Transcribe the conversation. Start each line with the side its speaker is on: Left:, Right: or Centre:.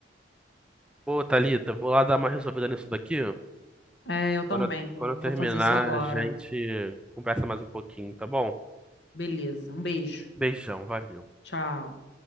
Centre: Pô, Thalita, vou lá dar uma resolvida nisso daqui.
Left: É, eu também.
Centre: Quando eu,
Left: Vou
Centre: quando eu terminar,
Left: vou fazer isso agora.
Centre: a gente conversa mais um pouquinho, tá bom?
Left: Beleza. Um beijo.
Centre: Beijão, valeu.
Left: Tchau.